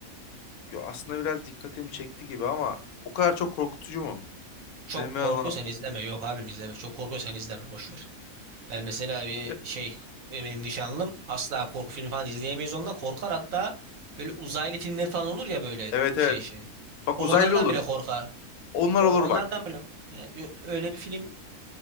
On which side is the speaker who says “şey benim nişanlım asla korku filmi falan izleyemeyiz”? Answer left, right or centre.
Right